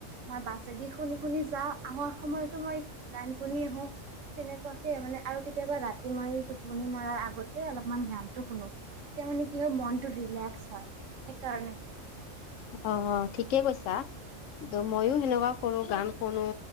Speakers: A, on the right (about 70°); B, on the left (about 75°).
A: মই বাছেদি শুনি শুনি যাওঁ, আহাৰ সময়তো মই গান শুনি আহো। তেনেকুৱাকে মানে আৰু কেতিয়াবা ৰাতি মই টোপনি মৰাৰ আগত অলপমান গানটো শুনো তেতিয়া মানে কি হয় মনটো ৰিলেক্স হয় সেইকাৰণে।
B: অ অ ঠিকেই কৈছা। মইও সেনেকুৱা কৰো গান শুনো,